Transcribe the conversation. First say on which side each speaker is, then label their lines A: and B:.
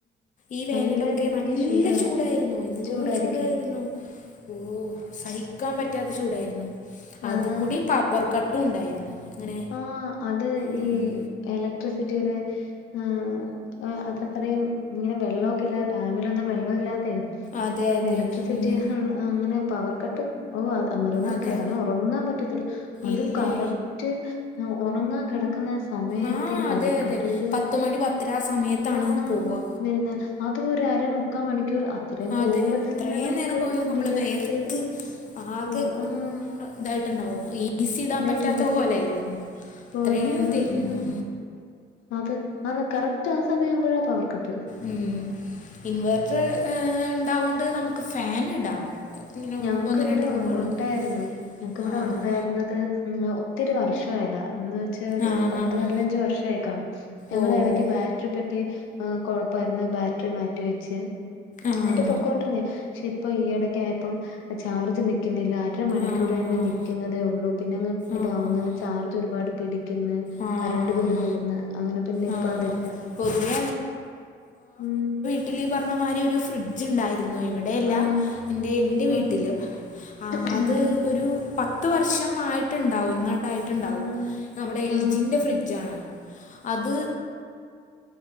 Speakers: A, on the left; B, on the left.
A: ഈ വേനലൊക്കെ
B: നല്ല രീതിക്ക്
A: നല്ല
B: ചൂടാണ്
A: ചൂടായിരുന്നു എന്തോരു
B: ചൂടായിരിക്കും
A: ചൂടായിരുന്നു ഓഹ് സഹിക്കാൻ പറ്റാത്ത ചൂടായിരുന്നു അത്ക്കൂടി
B: അതാ
A: പവർ കട്ടും ഉണ്ടായിരുന്നു അങ്ങനെ
B: ആഹ് അത്
A: ഉം
B: ഈ എലക്ട്രിസിറ്റിയുടെ ആഹ് അ അതത്രയും ഇങ്ങനെ വെള്ളവൊക്കെ ഇല്ലാതെ ഡാമിലൊന്നും വെള്ളം ഇല്ലാതെയ്
A: അതെ അതെ
B: എലക്ട്രിസിറ്റി
A: ഉം
B: ഹൊ അങ്ങനെ പവർ കട്ട് ഓഹ് അന്നേരൊന്നും
A: അതെ
B: കെടന്ന് ഉറങ്ങാൻ പറ്റത്തില്ല അതും
A: ഇല്ലേ
B: കറ ക്റ്റ് ഹ് ഒറങ്ങാൻ കെട ക്ക്‌ന്ന സമയത്തെ
A: ആഹ്
B: പവർ
A: അതെ അതെ
B: കട്ട് വരൂ.
A: പത്ത് മണി പത്തര ആ സമയത്താണ്
B: ആഹ്
A: പോവാ
B: ന്ന് ര്ന്ന് അതും ഒര് അര മുക്കാ മണിക്കൂർ അ ത്രേം
A: അതെ
B: പോവുമ്പോ തന്നെ
A: അത്രയും
B: നമക്ക്
A: നേരം പോയാൽ നമ്മള്
B: വിയർത്ത്
A: വെയർത്ത് ആകെ
B: ഓ ആഹ്
A: ഇതായിട്ടുണ്ടാവും എ സി ഇടാൻ
B: ഇതായിട്ടുണ്ട്
A: പറ്റാത്ത കോലായിരുന്നു
B: പോലെ
A: അത്രേം
B: ഉം
A: ഇതാര്ന്നു
B: അത് ആണ് കറക്റ്റ് ആ സമയവുമ്പോഴ പവർക്കട്ട്.
A: ഉം ഇൻവേർട്ടറ് ഈഹ് ഇണ്ടാവോണ്ട് നമക്ക് ഫാൻ ഇടാം. ഇങ്ങനെ ഒന്ന്
B: ഞങ്ങക്ക്
A: ഒന്ന്
B: ഇവ്ടെ
A: രണ്ട് റൂമുകളിലൊക്കെ
B: ഓ ഒണ്ടാര്ന്ന് ഞങ്ങക്ക് ഇവ്ടെ
A: ആഹ്
B: ഒണ്ടാര്ന്നത്. മ്മ് ഒത്തിരി വർഷായതാ എന്ന് വെച്ചാ ഒരു
A: ആഹ്
B: പത്ത്
A: ആഹ്
B: പതിനഞ്ച് വർഷായി കാണും. ഞങ്ങള്
A: ഓ
B: എടക്ക് ബാറ്ററി പെട്ടി ഈഹ് കൊഴപ്പായിര്ന്ന് ബാറ്ററി മാറ്റിവെച്ച്.
A: ആഹ്
B: ന്നിട്ട് പൊക്കോണ്ടിര്ന്നെ പക്ഷെ ഇപ്പൊ ഈ എടക്കായപ്പം ചാർജ് നിക് ക്കുന്നില്ല അര മണിക്കൂറെന്നെ
A: ആഹ്
B: നിക്കുന്നതേയൊള്ളൂ പിന്നാങ്ങ്
A: ആഹ്
B: ഇതാവുന്ന്
A: ആഹ്
B: ചാർജ് ഒരുപാട്. പിടിക്കുന്ന്
A: ആഹ്
B: കറണ്ട് ബില്ല് കൂടുന്ന് അങ്ങനെ പിന്നെ
A: ആഹ്
B: ഇപ്പ അതില്ല
A: പൊതുവെ
B: ഉം
A: വീട്ടില് പറഞ്ഞമാരി ഒര് ഫ്രിഡ്ജ്ണ്ടായിരുന്നു ഇവ് ടെയല്ല
B: ആഹ്
A: ഇന്റെ ഇന്റെ വീട്ടില്
B: ആഹ്
A: അ
B: ഉം
A: അത്. ഒരു പത്ത് വർഷം ആയിട്ടുണ്ടാവും ഇങ്ങാണ്ടായിട്ടുണ്ടാവും.
B: ആഹ്
A: എൽ
B: ആഹ്
A: ജീ്ന്റാ ഫ്രിഡ്ജാണ് അത്.